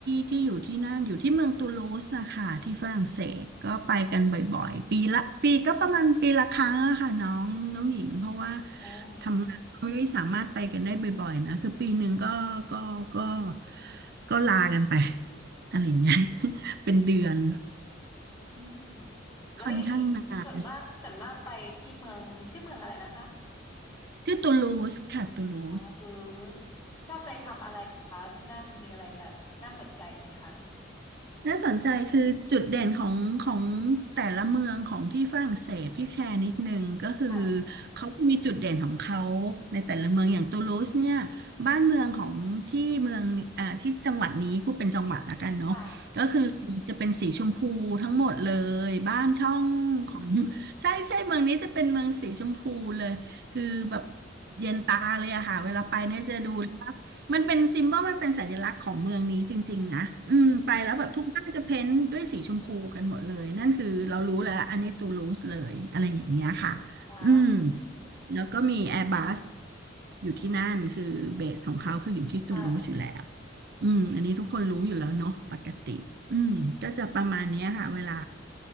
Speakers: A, on the right; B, on the left.
A: ที่อยู่ที่นั่นอยู่ที่เมืองตูลูสนะคะที่ฝรั่งเศสก็ไปกันบ่อยๆปีละปีก็ประมาณปีละครั้งอะค่ะน้องน้องหญิงเพราะว่า
B: อ๋อ
A: ทำงานก็ไม่ได้สามารถไปกันได้บ่อยๆนะคือปีหนึ่งก็ก็ก็ก็ลากันไปอะไรอย่างเงี้ย <laughs> เป็นเดือน
B: อืมแล้วอย่างนี้ส่วนมากส่วนมากไปที่เมืองชื่อเมืองอะไรนะคะ
A: ค่อนข้างนานที่ตูลูสค่ะตูลูส
B: อ๋อตูลูสชอบไปทำอะไรคะที่นั่นมีอะไรแบบน่าสนใจไหมคะ
A: น่าสนใจคือจุดเด่นของของแต่ละเมืองของที่ฝรั่งเศสพี่แชร์นิดนึงก็คือ
B: ค่ะ
A: เขาจะมีจุดเด่นของเขาในแต่ละเมืองอย่างตูลูสเนี่ยบ้านเมืองของที่เมืองอ่าที่จังหวัดนี้พูดเป็นจังหวัดละกันเนาะก็คือจะเป็นสีชมพูทั้งหมดเลยบ้านช่องของ
B: ค่ะ
A: <laughs> ใช่ใช่เมืองนี้จะเป็นเมืองสีชมพูเลยคือแบบเย็นตาเลยอะค่ะเวลาไปเนี่ยจะดูเลยว่า มันเป็นซิม b บ l มันเป็นสัญลักษณ์ของเมืองนี้จริงๆนะอืมไปแล้วแบบทุกบ้านจะเพ้นท์ด้วยสีชมพูกันหมดเลย นั่นคือเรารู้แล้วอันนี้ตูลูสเลยอะไรอย่างเงี้ยค่ะ
B: <laughs> ว้า
A: อืมแล้วก็มีแอร์บัสอยู่ที่นั่นคือเบสของเขาคืออยู่ที่ตูลูสอยู่แล้ว
B: ว
A: อืมอันนี้ทุกคนรู้อยู่แล้วเนาะปกติอืมก็จะประมาณเนี้ยค่ะเวลา